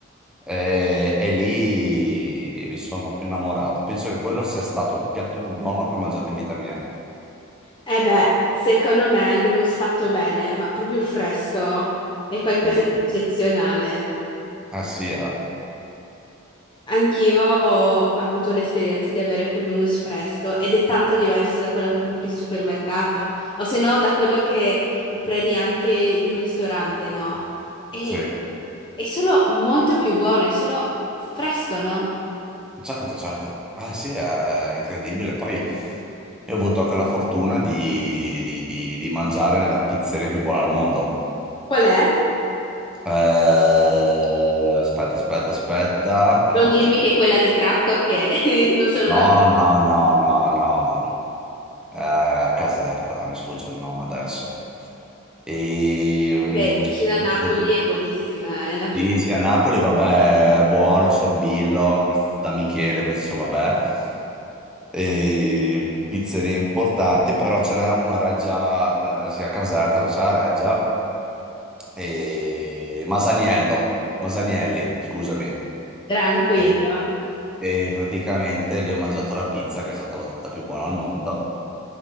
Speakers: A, in the centre; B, on the left.
A: E, e lì mi sono proprio innamorato, penso che quello sia stato il piatto più buono che ho mangiato in vita mia.
B: Eh beh, secondo me l'hummus fatto bene, ma proprio fresco, è qualcosa
A: Mm.
B: di eccezionale.
A: Eh sì, eh.
B: Anch'io ho avuto l'esperienza di avere quell'hummus fresco ed è tanto diverso da quello che compri in supermercato o se no da quello che prendi anche in un ristorante, no? E
A: Sì,
B: è solo molto più buono, è solo fresco, no?
A: certo, certo. Ah sì, è incredibile. Poi io ho avuto anche la fortuna di, di- di- di mangiare nella pizzeria più buona al mondo.
B: Qual è?
A: Eh, aspetta, aspetta, aspetta. No,
B: Non dirmi
A: aspetta.
B: che è quella di Cracco che <laughs> non sono
A: No,
B: la cosa.
A: no, no, no, no. Eh, a Caserta, mi sfugge il nome adesso. E, mm,
B: Beh, vicino a Napoli
A: de-
B: è buonissima, è la fida.
A: sì, sì, a Napoli, vabbè, buono, Sorbillo, questi- da Michele, questi sono, vabbè. E pizzerie importanti, però ce n'era una a Reggia, eh, sì, a Caserta, dove c'è la Reggia, e Masaniello, Masanielli, scusami.
B: Tranquillo.
A: E, e praticamente lì ho mangiato la pizza che è stata votata più buona al mondo